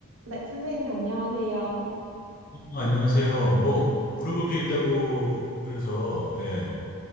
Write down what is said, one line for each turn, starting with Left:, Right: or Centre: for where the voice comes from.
Right: 네, 선생님, 안녕하세요.
Left: 어, 안녕하세요. 뭐 물어볼 게 있다고 그래서 예.